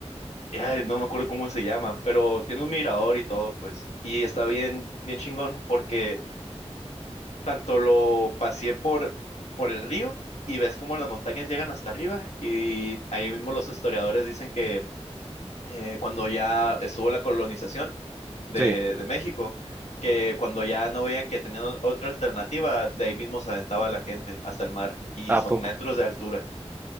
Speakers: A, on the left; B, on the right.
A: Ay, no me acuerdo cómo se llama, pero tiene un mirador y todo, pues. Y está bien, bien chingón, porque tanto lo paseé por, por el río y ves cómo las montañas llegan hasta arriba. Y ahí mismo los historiadores dicen que eh, cuando ya estuvo la colonización de,
B: sí,
A: de México, que cuando ya no veían que tenían otra alternativa, de ahí mismo se aventaba la gente hasta el mar. Y
B: a
A: son
B: poco,
A: metros de altura.